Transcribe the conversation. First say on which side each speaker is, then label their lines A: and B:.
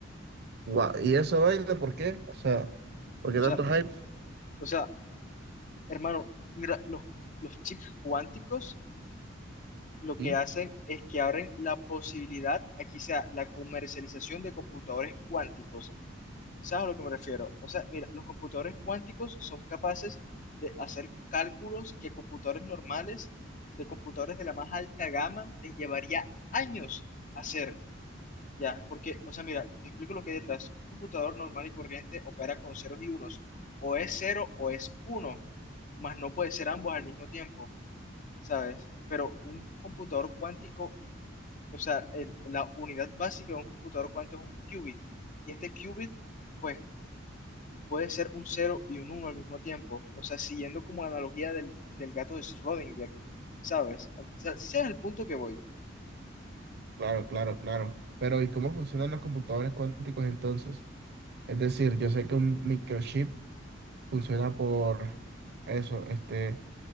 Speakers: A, on the right (about 55°); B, on the left (about 40°).
A: Gua- ¿Y eso vaina por qué? O sea, ¿por qué
B: O
A: tanto
B: sea,
A: hype?
B: o sea, hermano, mira, los, los chips cuánticos lo
A: Sí,
B: que hacen es que abren la posibilidad aquí sea la comercialización de computadores cuánticos. ¿Sabes a lo que me refiero? O sea, mira, los computadores cuánticos son capaces de hacer cálculos que computadores normales, de computadores de la más alta gama, les llevaría años hacer. Ya, porque, o sea, mira, te explico lo que hay detrás. Un computador normal y corriente opera con ceros y unos. O es cero o es uno, mas no puede ser ambos al mismo tiempo, ¿sabes? Pero un computador cuántico o sea, el- la unidad básica de un computador cuánto es un qubit. Y este qubit, pues, puede ser un cero y un uno al mismo tiempo. O sea, siguiendo como la analogía del, del gato de Schrödinger, ¿sabes? O sea, ese es el punto que voy.
A: claro, claro, claro. Pero ¿y cómo funcionan los computadores cuánticos entonces? Es decir, yo sé que un microchip funciona por eso, este,